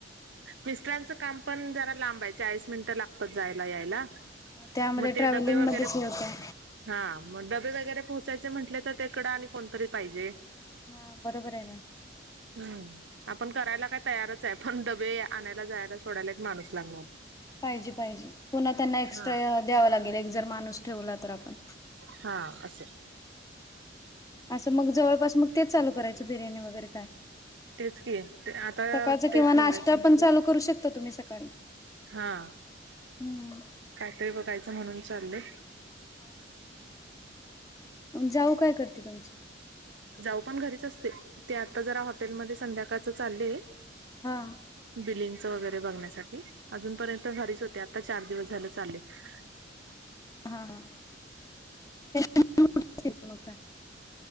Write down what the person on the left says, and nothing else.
त्यामध्ये
ट्रॅव्हलिंग
मध्येच हे होतय.
हा बरोबर ए ना.
पाहिजे. पाहिजे. पुन्हा त्यांना एक्स्ट्रा
द्यावा लागेल. एक जर माणूस ठेवला तर आपण.
असं मग जवळपास, मग तेच चालू करायचं बिर्याणी वगैरे काय.
सकाळच
किंवा
नास्ता
पण चालू करू शकता तुम्ही सकाळी.
हम्म
हां. जाऊ काय करते तुमची?
हां.
हा. हा. <unintelligible> मग काय?